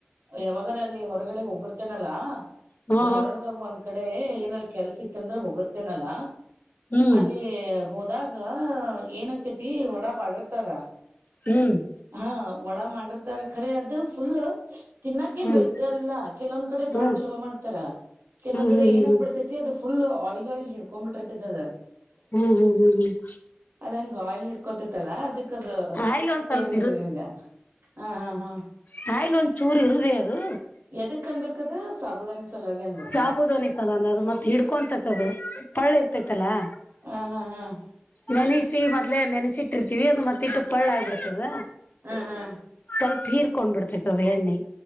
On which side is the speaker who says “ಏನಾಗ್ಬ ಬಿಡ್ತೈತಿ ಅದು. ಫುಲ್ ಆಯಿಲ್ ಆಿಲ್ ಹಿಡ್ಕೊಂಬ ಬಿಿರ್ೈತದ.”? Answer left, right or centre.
Right